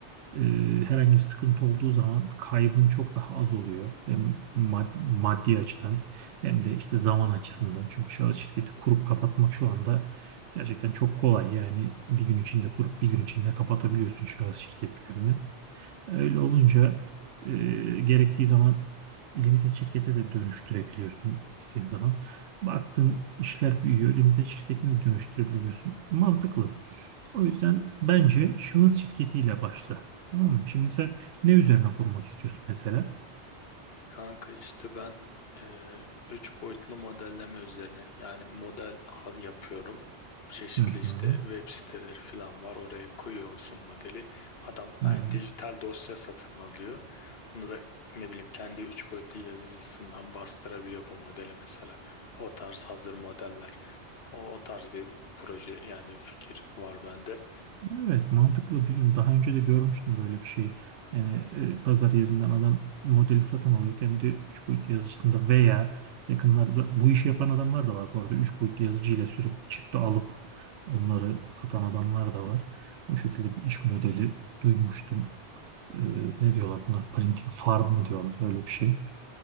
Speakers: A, on the right; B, on the left.
A: e, herhangi bir sıkıntı olduğu zaman kaybın çok daha az oluyor. Hem mad- maddi açıdan hem de işte zaman açısından. Çünkü şahıs şirketi kurup kapatmak şu anda gerçekten çok kolay. Yani bir gün içinde kurup bir gün içinde kapatabiliyorsun şahıs şirketlerini. Öyle olunca e, gerektiği zaman limited şirkete de dönüştürebiliyorsun istediğin zaman. Baktın işler büyüyor, limited şirketini de dönüştürebiliyorsun. Mantıklı. O yüzden bence şahıs şirketiyle başla. Tamam mı? Şimdi sen ne üzerine kurmak istiyorsun mesela?
B: Kanka işte ben eee üç boyutlu modelleme üzerine yani model hal yapıyorum. Çeşitli
A: Hı hı,
B: işte web siteleri falan var. Oraya koyuyorsun modeli. Adam
A: hı.
B: yani dijital dosya satın alıyor. Onu da ne bileyim kendi üç boyutlu yazıcısından bastırabiliyor bu modeli mesela. O tarz hazır modeller. O, o tarz bir proje yani fikir var bende.
A: Evet mantıklı biliyorum. Daha önce de görmüştüm böyle bir şey. Yani e, pazar yerinden adam modeli satın alıyor. Kendi 3 boyutlu yazıcısında veya yakınlarda bu işi yapan adamlar da var bu arada. 3 boyutlu yazıcıyla sürekli çıktı alıp onları satan adamlar da var. O şekilde bir iş modeli duymuştum. E, ne diyorlar buna? Printing farm mı diyorlar? Öyle bir şey.